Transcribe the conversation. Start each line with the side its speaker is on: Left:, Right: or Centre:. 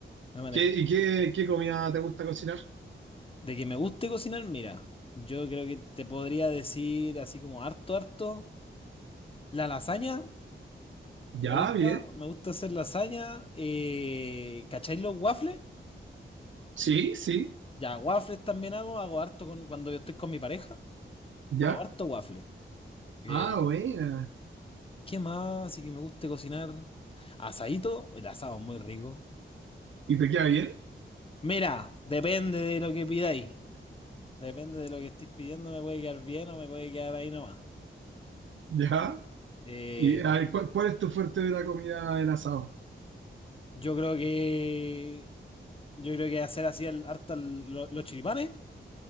Left: me manejo.
Right: ¿Qué, y qué, qué comida te gusta cocinar?
Left: De que me guste cocinar, mira, yo creo que te podría decir así como harto, harto. La lasaña,
Right: Ya,
Left: me gusta,
Right: bien.
Left: me gusta hacer lasaña. Eh, ¿cacháis los waffles?
Right: Sí, sí,
Left: Ya, waffles también hago, hago harto con, cuando yo estoy con mi pareja,
Right: ya.
Left: hago harto waffles. Eh,
Right: Ah, buena.
Left: ¿qué más? Así que me guste cocinar. Asadito, el asado es muy rico.
Right: ¿Y te queda bien?
Left: Mira, depende de lo que pidáis. Depende de lo que estéis pidiendo, me puede quedar bien o me puede quedar ahí nomás.
Right: Ya.
Left: Eh,
Right: ¿Y a ver, ¿cuál, cuál es tu fuerte de la comida en asado?
Left: yo creo que Yo creo que hacer así el, harta el- lo- los choripanes.